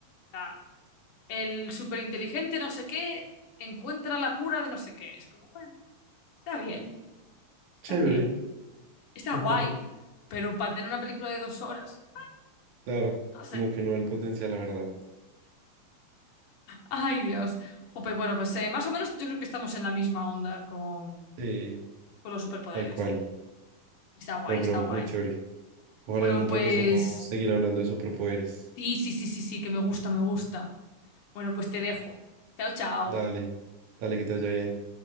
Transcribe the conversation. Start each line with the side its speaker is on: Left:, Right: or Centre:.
Left: En plan, el superinteligente no sé qué encuentra la cura de no sé qué. Es como, bueno, está bien, está
Right: Chévere.
Left: bien, está
Right: <laughs>
Left: guay, pero para tener una película de dos horas,
Right: Claro,
Left: no sé.
Right: como que no el potencial, la verdad.
Left: Ay, Dios. Jope, bueno, pues eh, más o menos yo creo que estamos en la misma onda con,
Right: Sí,
Left: con los superpoderes.
Right: tal cual.
Left: Está guay,
Right: No, pero
Left: está guay.
Right: muy chévere. Ojalá
Left: Bueno,
Right: en otra
Left: pues
Right: ocasión podamos seguir hablando de superpoderes.
Left: sí, sí, sí, sí, sí, que me gusta, me gusta. Bueno, pues te dejo. Chao, chao.
Right: Dale, dale que te vaya bien.